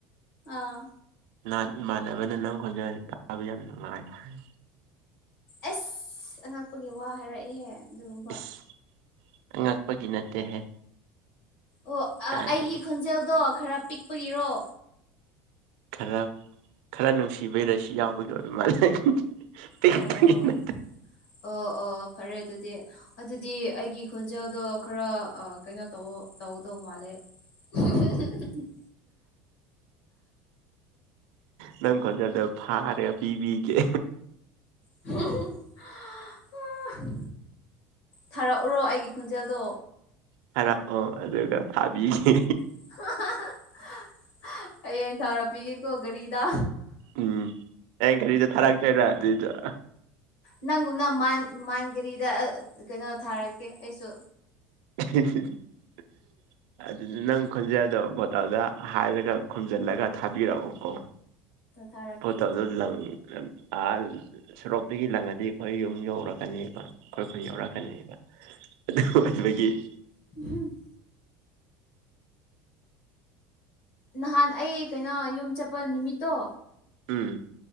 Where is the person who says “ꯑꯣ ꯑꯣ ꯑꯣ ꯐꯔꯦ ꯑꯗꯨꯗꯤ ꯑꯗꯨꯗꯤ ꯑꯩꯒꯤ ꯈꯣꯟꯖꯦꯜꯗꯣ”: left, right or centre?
Left